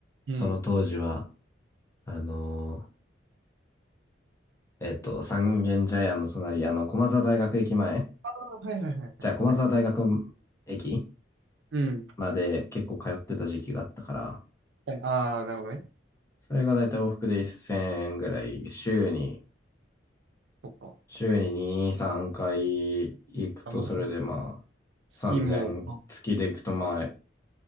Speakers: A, on the right; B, on the left.
A: うん。
B: その当時は、あのえっと、三軒茶屋の隣、あの、駒沢大学駅前、
A: ああ、はいはいはいはい。
B: じゃあ駒沢大学駅
A: あります。うん。
B: まで結構通ってた時期があったから、
A: はい、ああ、なるほどね。
B: それがだいたい往復で1000円ぐらい、週に、
A: そっか。
B: 週に2、3回行くと、
A: あ、もう、
B: それでまあ、
A: スキンも、
B: 3000、月で行くとまあ、